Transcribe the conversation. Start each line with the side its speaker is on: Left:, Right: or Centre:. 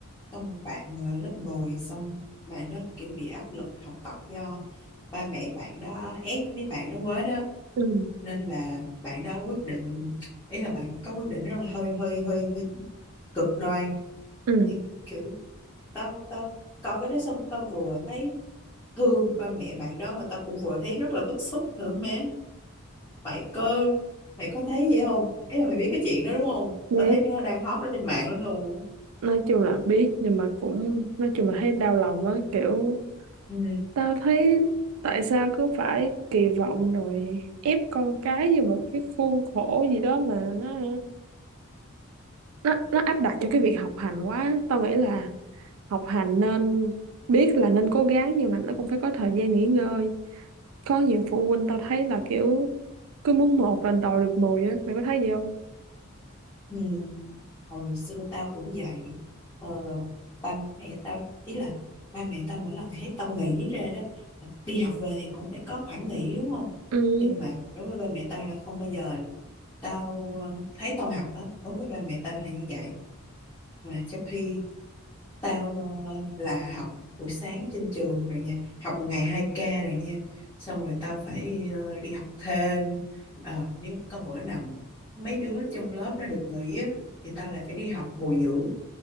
Left: có một bạn ờ, lớp mười xong bạn đó kiểu bị áp lực học tập do ba mẹ bạn đó ép mấy bạn đó quá đó
Right: ừ
Left: nên là bạn đó quyết định ý là bạn có quyết định rất là hơi hơi hơi, hơi cực đoan
Right: ừ
Left: thì kiểu tao tao coi cái đó xong tao vừa thấy thương ba mẹ bạn đó mà tao cũng vừa thấy rất là bức xúc nữa má mày có mày có thấy vậy không ý là mày biết cái chuyện đó đúng không
Right: Biết,
Left: tao thấy nó đang hot ở trên mạng lắm luôn
Right: nói chung là biết nhưng mà cũng nói chung là thấy đau lòng á, kiểu
Left: Ừ,
Right: tao thấy tại sao cứ phải kỳ vọng rồi ép con cái vô một cái khuôn khổ gì đó mà nó nó nó áp đặt cho cái việc học hành quá. Tao nghĩ là học hành nên biết là nên cố gắng nhưng mà nó cũng phải có thời gian nghỉ ngơi. Có nhiều phụ huynh tao thấy là kiểu cứ muốn một là đòi được mười á, mày có thấy gì không?
Left: ừ. Hồi xưa tao cũng vậy ờ, ba mẹ tao ý là ba mẹ tao mỗi lần thấy tao nghỉ ra đó đi học về thì cũng phải có khoảng nghỉ đúng không
Right: Ừ.
Left: nhưng mà đối với ba mẹ tao là không bao giờ tao ờ, thấy tao học đó đối với ba mẹ tao là như vậy mà trong khi Tao ờ, là học buổi sáng trên trường rồi nha Học một ngày hai k rồi nha Xong rồi tao phải ờ, đi học thêm Ờ, Nếu có bữa nào mà mấy đứa trong lớp nó được nghỉ á, Thì tao lại phải đi học bồi dưỡng